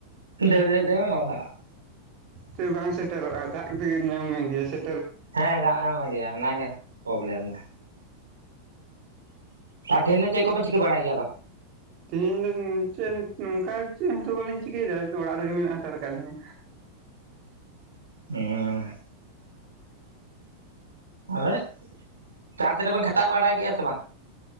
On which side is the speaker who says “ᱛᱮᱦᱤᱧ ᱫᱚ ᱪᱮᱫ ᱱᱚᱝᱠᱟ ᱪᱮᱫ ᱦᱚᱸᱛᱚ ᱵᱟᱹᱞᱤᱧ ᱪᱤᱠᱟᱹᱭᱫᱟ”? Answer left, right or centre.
Right